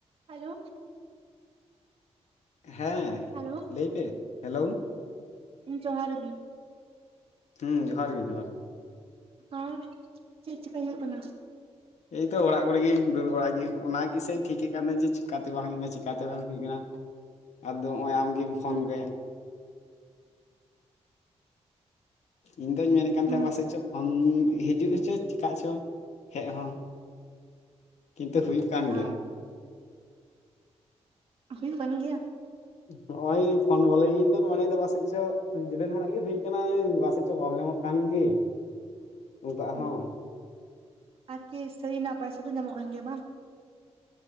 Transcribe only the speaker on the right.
ᱦᱮᱞᱳᱼᱼ
ᱦᱮᱞᱳ
ᱦᱮᱸ ᱡᱚᱦᱟᱸᱨ ᱜᱮ᱾
ᱦᱚᱸ ᱪᱮᱫ ᱪᱤᱠᱟᱭ ᱦᱩᱭᱩᱜ ᱠᱟᱱᱟ?
ᱦᱩᱸ
ᱦᱩᱸ
ᱟ ᱦᱩᱭᱩᱜ ᱠᱟᱱ ᱜᱮᱭᱟ?
<inaudible>
ᱦᱩᱸ
ᱟᱨᱠᱤ ᱥᱟᱹᱨᱤᱱᱟᱜ ᱯᱟᱭᱥᱟ ᱫᱚ ᱧᱟᱢᱚᱜ ᱠᱟᱱ ᱜᱮᱭᱟ ᱵᱟᱝ?